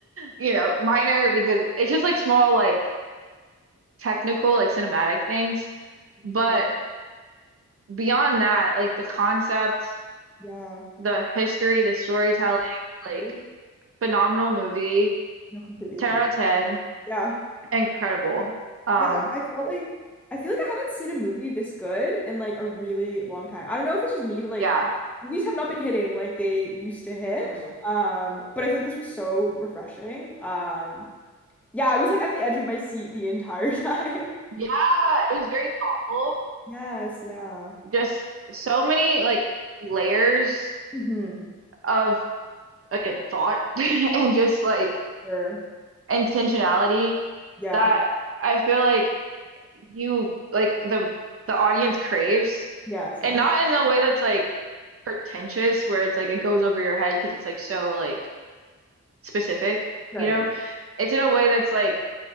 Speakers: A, on the right (about 50°); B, in the centre.
A: you know, minor because it's just like small, like technical, like cinematic things. But
B: Yeah,
A: beyond that, like the concept,
B: yeah,
A: the history, the storytelling,
B: right.
A: like phenomenal movie,
B: No, completely
A: 10
B: agree.
A: out of 10,
B: Yeah,
A: incredible. Um,
B: yeah. I felt like I feel like I haven't seen a movie this good in like a really long time. I don't know if it's just me, but like
A: yeah,
B: movies have not been hitting like they used to hit.
A: Mm.
B: Um, but I feel like this was so refreshing. Um, yeah, I was like at the edge of my seat the entire <laughs> time.
A: Yeah, it was very thoughtful.
B: Yes, yeah.
A: Just so many like layers
B: hmm
A: of again thought <laughs> and just like
B: Sure.
A: intentionality
B: Yeah.
A: that I feel like you like the the audience craves
B: Yes,
A: and
B: absolutely.
A: not in a way that's like pretentious where it's like it goes over your head because it's like so like specific,
B: Right.
A: you know?
B: Yeah,
A: It's in a way that's like